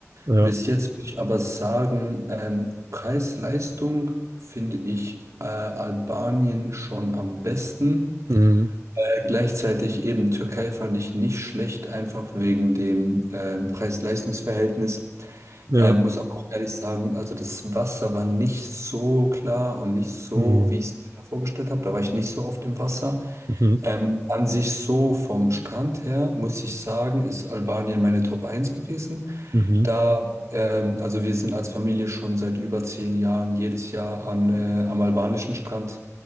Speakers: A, on the right (about 80°); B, on the right (about 65°).
A: Ja.
B: Bis Mhm. jetzt würde ich aber sagen, ähm, Preis-Leistung finde ich äh, Albanien schon am besten.
A: Mhm.
B: Äh, gleichzeitig eben Türkei fand ich nicht schlecht, einfach wegen dem äh, Preis-Leistungs-Verhältnis.
A: Ja.
B: Äh, muss aber auch ehrlich sagen, also das Wasser war nicht so klar und nicht so,
A: Mhm.
B: wie ich es mir da vorgestellt habe. Da war ich nicht so oft im Wasser.
A: Mhm.
B: Ähm, an sich so vom Strand her, muss ich sagen, ist Albanien meine Top eins gewesen.
A: Mhm.
B: Da, ähm, also wir sind als Familie schon seit über zehn Jahren jedes Jahr an, äh, am albanischen Strand